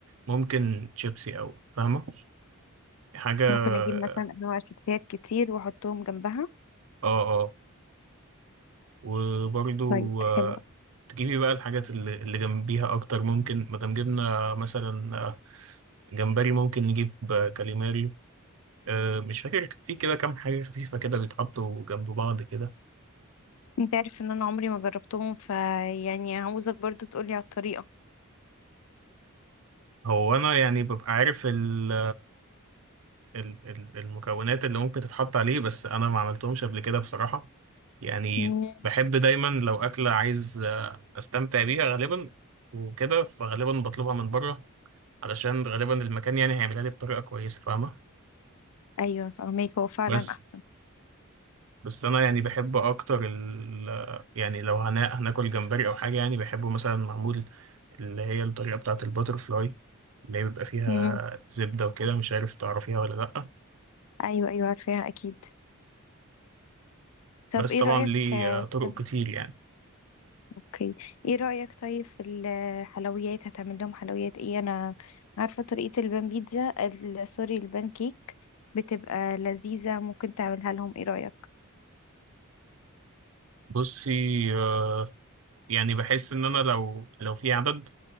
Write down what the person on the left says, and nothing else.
ممكن اجيب مثلا انواع شيبسيات كتير واحطهم جنبها
طيب
حلو
انت عارف ان انا عمري ما جربتهم فيعني عاوزك برضو تقولي على الطريقة
مم.
ايوه فهميك هو فعلا
احسن
مم.
ايوه ايوه عارفاها اكيد طب
ايه
رأيك
آه،
في
اوكي ايه رأيك طيب في الحلويات هتعمل لهم حلويات ايه انا عارفة طريقة البان بيتزا ال- سوري البان كيك بتبقى لذيذة ممكن تعملها لهم ايه رأيك